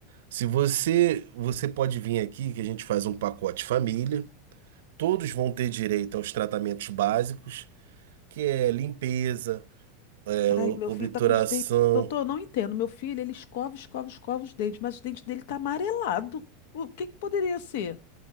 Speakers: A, on the right; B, on the left.
A: se você, você pode vir aqui que a gente faz um pacote família. Todos vão ter direito aos tratamentos básicos, que é limpeza, é, o-
B: Ai, meu
A: obturação,
B: filho tá com os dentes. Doutor, eu não entendo. Meu filho, ele escova, escova, escova os dentes, mas os dentes dele tá amarelado. O que que poderia ser?